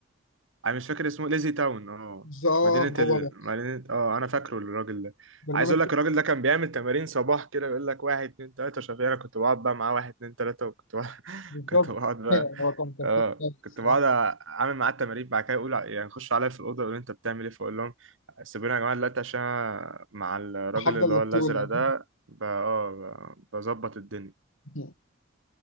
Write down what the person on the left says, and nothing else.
بالظبط
هو
ده
برنامج
إيه؟
بالظبط
<laughs> هو كان كرتون
كويس الصراحة
تحدى
البطولة
<laughs>